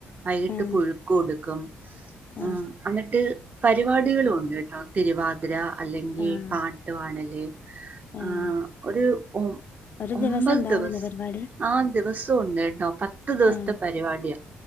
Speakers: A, on the right; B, on the left.
A: വൈകിട്ട്
B: ഉം
A: പുഴുക്ക് കൊടുക്കും ഉ
B: ആഹ്
A: പരിപാടികള ഉണ്ട് കേട്ടോ തിരുവാതിര അല്ലെങ്കിൽ
B: ആഹ്
A: പാട്ട്വാണല്
B: ആഹ്
A: ആഹ ഒരു ഒ
B: ഒരു
A: ഒമ്പത്
B: ദിവസം ഉണ്ടാവൂലേ
A: ദിവസം
B: പരിപാടി
A: ആ ദിവസം ഉണ്ട് എണ്ടോ പത്ത് ദിവസത്തെ
B: ആഹ്
A: പരിപാടിയാ